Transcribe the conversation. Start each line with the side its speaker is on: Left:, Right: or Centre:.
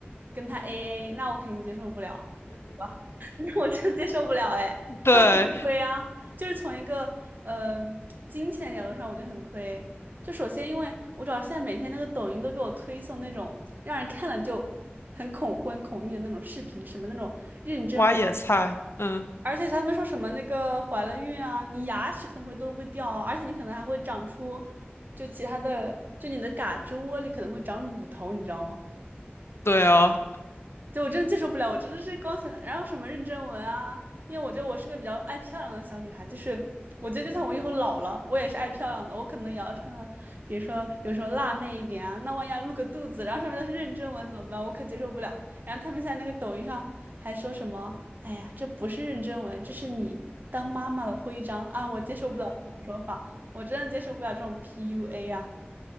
Right: 跟他 AA，那我肯定接受不了。<laughs> 我真接受不了哎，
Left: 对，
Right: 那我很亏啊，就是从一个呃金钱角度上，我就很亏。就首先，因为我主要现在每天那个抖音都给我推送那种让人看了就很恐婚恐孕的那种视频，什么那种妊娠纹，
Left: 挖野菜。嗯，
Right: 而且他们说什么那个怀了孕啊，你牙齿可能会都会掉啊，而且你可能还会长出就其他的，就你的胳肢窝里可能会长乳头，你知道吗？
Left: 对哦。
Right: 对，我真的接受不了，我真的是光想，然后什么认真文啊，因为我觉得我是个比较爱漂亮的小女孩，就是我觉得就算我以后老了，我也是爱漂亮的，我可能也要穿的，比如说有时候辣妹一点啊，那万一要露个肚子，然后上面都是认真文怎么办？我可接受不了。然后他们在那个抖音上还说什么，哎呀，这不是认真文，这是你当妈妈的徽章啊，我接受不了这种说法，我真的接受不了这种 PUA 啊。